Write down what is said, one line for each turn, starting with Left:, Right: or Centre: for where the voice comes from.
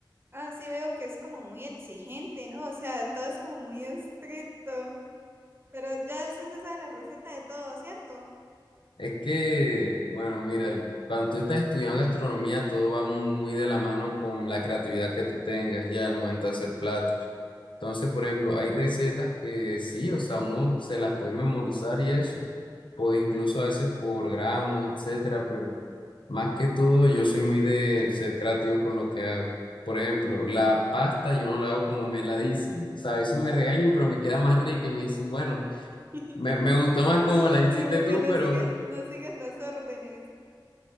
Right: ah, sí veo que es como muy exigente, ¿no? O sea, todo es como muy estricto. Pero ya usted se sabe la receta de todo, ¿cierto?
Left: Es que, bueno, mira, cuando tú estás estudiando gastronomía, todo va muy, muy de la mano con la creatividad que tú tengas ya al momento de hacer platos. Entonces, por ejemplo, hay recetas que sí, o sea, uno se las puede memorizar y eso, puede incluso a veces por gramos, etcétera, pero más que todo, yo soy muy de ser creativo con lo que hago. Por ejemplo, la pasta yo no la hago como me la dicen. O sea, a veces me regañan, pero me queda más rica y me dicen, bueno,
Right: <laughs>
Left: me, me gustó más como la hiciste
Right: Como
Left: tú,
Right: que no
Left: pero
Right: sigues, no sigues las órdenes.